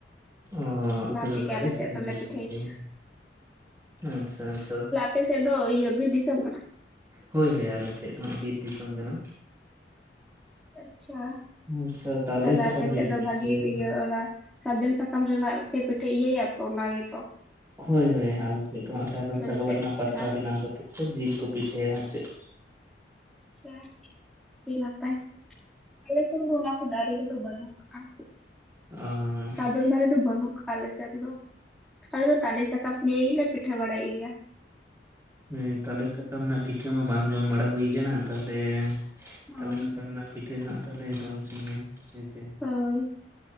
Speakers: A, on the right (about 15°); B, in the centre.
A: ᱳ ᱟᱯᱮ
B: ᱚᱱᱟ
A: ᱫᱚ
B: ᱛᱮᱜᱮ
A: ᱛᱟᱞᱮ
B: ᱟᱞᱮ
A: ᱥᱟᱠᱟᱢ
B: ᱥᱮᱫ ᱫᱚᱞᱮ
A: ᱛᱮᱯᱮ
B: ᱯᱤᱴᱷᱟᱹᱭ
A: ᱯᱤᱴᱷᱟᱹᱭᱟ
B: ᱜᱮᱭᱟ
A: ᱟᱪᱪᱷᱟ ᱟᱪᱪᱷᱟ
B: ᱟᱯᱮᱥᱮᱫ ᱫᱚ ᱤᱭᱟᱹ ᱵᱤᱨ ᱫᱤᱥᱚᱢ ᱠᱟᱱᱟ
A: ᱦᱳᱭ ᱦᱳᱭ ᱟᱞᱮ ᱥᱮᱫ ᱫᱚ ᱦᱟᱸᱜ ᱵᱤᱨ ᱫᱤᱥᱚᱢ ᱠᱟᱱᱟ
B: ᱟᱪᱪᱷᱟ
A: ᱟᱪᱪᱷᱟ ᱛᱟᱞᱮ
B: ᱛᱟᱦᱞᱮ
A: ᱥᱟᱠᱟᱢ
B: ᱟᱯᱮ
A: ᱨᱮᱜᱮ
B: ᱥᱮᱫ ᱫᱚ
A: ᱯᱤᱴᱷᱟᱹᱭᱟ
B: ᱵᱷᱟᱹᱜᱤ ᱤᱭᱟᱹ ᱚᱱᱟ ᱥᱟᱨᱡᱚᱢ ᱥᱟᱠᱟᱢ ᱨᱮᱱᱟᱜ ᱯᱮ ᱯᱤᱴᱷᱟᱹ ᱤᱭᱟᱹᱭᱟ ᱛᱚ ᱚᱱᱟᱜᱮᱛᱚ
A: ᱦᱳᱭ ᱦᱳᱭ ᱟᱞᱮᱥᱮᱫ ᱫᱚ ᱦᱟᱸᱜ ᱥᱟᱨᱡᱚᱢ ᱥᱟᱠᱟᱢ
B: ᱫᱚᱯᱮ
A: ᱨᱮᱱᱟᱜ ᱯᱟᱛᱲᱟ
B: ᱜᱮᱭᱟ
A: ᱵᱮᱱᱟᱣ ᱠᱟᱛᱮᱫ ᱠᱚ ᱡᱤᱞ ᱠᱚ ᱯᱤᱴᱷᱟᱹᱭᱟ ᱟᱨ ᱪᱮᱫ
B: ᱟᱪᱪᱷᱟ ᱟᱹᱰᱤ ᱱᱟᱯᱟᱭ ᱟᱞᱮ ᱥᱮᱱ ᱫᱚ ᱚᱱᱟ ᱠᱚ ᱫᱟᱨᱮ ᱠᱚᱫᱚ ᱵᱟᱹᱱᱩᱜ ᱥᱟᱨᱡᱚᱢ
A: ᱚ
B: ᱥᱟᱨᱡᱚᱢ ᱫᱟᱨᱮ ᱫᱚ ᱵᱟᱹᱱᱩᱜ ᱟᱠᱟᱜ-ᱟ ᱟᱞᱮ ᱥᱮᱱ ᱫᱚ ᱟᱞᱮ ᱫᱚ ᱛᱟᱞᱮ ᱥᱟᱠᱟᱢ ᱫᱤᱭᱮ ᱜᱮᱞᱮ ᱯᱤᱴᱷᱟᱹ ᱵᱟᱲᱟᱭ ᱜᱮᱭᱟ
A: ᱦᱳᱭ ᱛᱟᱞᱮ ᱥᱟᱠᱟᱢ ᱨᱮᱱᱟᱜ ᱯᱤᱴᱷᱟᱹ ᱢᱟ ᱵᱟᱝ ᱡᱚᱢ ᱵᱟᱲᱟ ᱦᱩᱭ ᱟᱠᱟᱱᱟ ᱛᱟᱦᱚᱞᱮ
B: ᱦᱳᱭ
A: ᱛᱟᱞᱮ ᱥᱟᱠᱟᱢ ᱨᱮᱱᱟᱜ ᱯᱤᱴᱷᱟᱹ ᱦᱟᱸᱜ ᱛᱟᱦᱚᱞᱮ ᱡᱚᱢ ᱦᱚᱪᱚᱧ ᱢᱮ ᱦᱮᱸ ᱥᱮ᱾
B: ᱦᱳᱭ